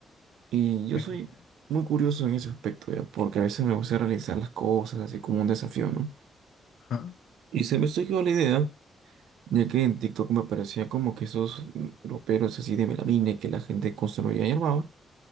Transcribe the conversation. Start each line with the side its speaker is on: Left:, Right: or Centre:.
Right: Y
Left: Ok,
Right: yo
Left: ok.
Right: soy muy curioso en ese aspecto, ya, porque a veces me gusta realizar las cosas así como un desafío, ¿no?
Left: Ah,
Right: Y se me surgió la idea. Ya que en TikTok me aparecía como que esos mm, roperos así de melamine que la gente construía y armaba.